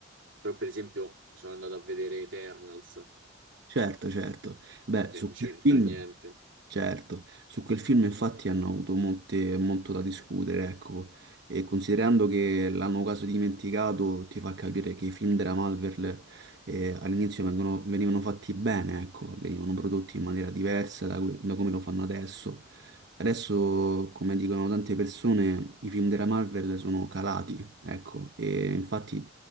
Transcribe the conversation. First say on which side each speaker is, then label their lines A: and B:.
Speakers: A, on the right; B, on the right.
A: Però per esempio sono andato a vedere Eternals
B: certo, certo. Beh,
A: che
B: su
A: non c'entra
B: quel film.
A: niente.
B: Certo, su quel film infatti hanno avuto molte- molto da discutere, ecco, e considerando che l'hanno quasi dimenticato, ti fa capire che i film della Marvel eh, all'inizio vengono- venivano fatti bene, ecco, venivano prodotti in maniera diversa da, que- da come lo fanno adesso. Adesso, come dicono tante persone, i film della Marvel sono calati, ecco, e infatti